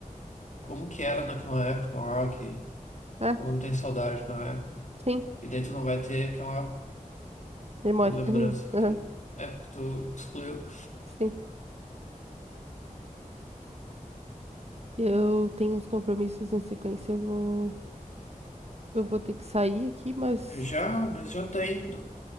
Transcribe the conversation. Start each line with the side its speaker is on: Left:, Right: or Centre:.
Left: como que era naquela época o rock,
Right: é,
Left: como eu tem saudade daquela época.
Right: sim,
Left: E daí tu não vai ter aquela,
Right: memória.
Left: aquela lembrança,
Right: Aham,
Left: porque
Right: aham,
Left: é porque tu excluiu.
Right: Sim. Eu tenho uns compromissos na sequência, eu vou, eu vou ter que sair aqui, mas
Left: Já, mas já tá indo.